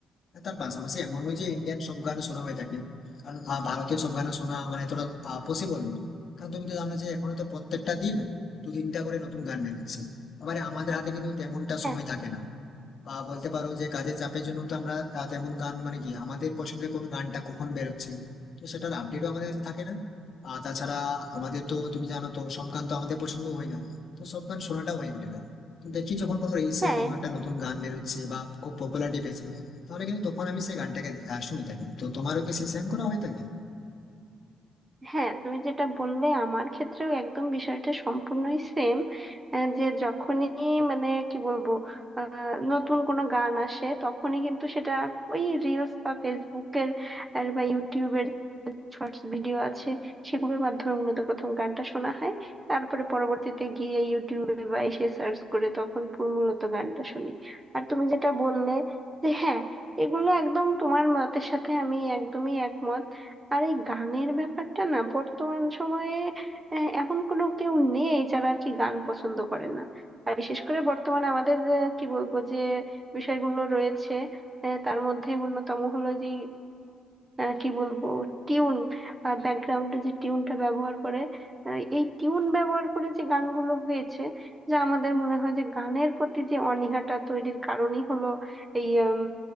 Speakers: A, on the left; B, on the right.
A: তার পাশাপাশি এমন নয় যে ইন্ডিয়ান সব গান শোনা হয়ে থাকে কারণ আহ, ভারতীয় সব গান শোনা মানে এতটা পসিবল নয় কারণ তুমি তো জানো যে এখনো তো প্রত্যেকটা দিন দু তিনটা করে নতুন গান বেরোচ্ছে আবার আমাদের হাতে কিন্তু তেমনটা
B: হ্যাঁ
A: সময় থাকে না বা বলতে পারো যে কাজের চাপের জন্য তো আমরা আহ, তেমন গান মানে কি আমাদের পছন্দের কোন গানটা কখন বেরোচ্ছে তো সেটার আপডেটও আমাদের কাছে থাকে না আর তাছাড়া আমাদের তো তুমি জানো তো সব গান তো আমাদের পছন্দ হয় না তো সব গান শোনাটা হয়ে ওঠে না তো দেখি যখন কোনো রিলসে
B: হ্যাঁ
A: কোনো একটা নতুন গান বেরোচ্ছে বা খুব পপুলারিটি পেয়েছে তাহলে কিন্তু তখন আমি সেই গানটাকে আহ, শুনে থাকি তো তোমারও কি সেই সেম করা হয়ে থাকে
B: হ্যাঁ তুমি যেটা বললে আমার ক্ষেত্রেও একদম বিষয়টা সম্পূর্ণই সেম যে যখনই মানে কি বলবো আহ, নতুন কোনো গান আসে তখনই কিন্তু সেটা ওই রিলস বা ফেসবুকের আর বা ইউটিউবের শর্টস ভিডিও আছে সেগুলোর মাধ্যমে মূলত প্রথম গানটা শোনা হয় তারপরে পরবর্তীতে গিয়ে ইউটিউবে বা এসে সার্চ করে তখন পুরো মূলত গানটা শুনি আর তুমি যেটা বললে যে হ্যাঁ এগুলো একদম তোমার মতের সাথে আমি একদমই একমত আর এই গানের ব্যাপারটা না বর্তমান সময়ে আহ, এমন কোনো কেউ নেই যারা আর কি গান পছন্দ করে না আর বিশেষ করে বর্তমানে আমাদের আহ, কি বলবো যে বিষয়গুলো রয়েছে আহ, তার মধ্যে অন্যতম হলো যে আহ, কি বলবো টিউন ব্যাকগ্রাউন্ডে যে টিউনটা ব্যবহার করে আহ, এই টিউন ব্যবহার করে যে গানগুলো হয়েছে যা আমাদের মনে হয় যে গানের প্রতি যে অনীহাটা তৈরির কারণই হলো এই উম,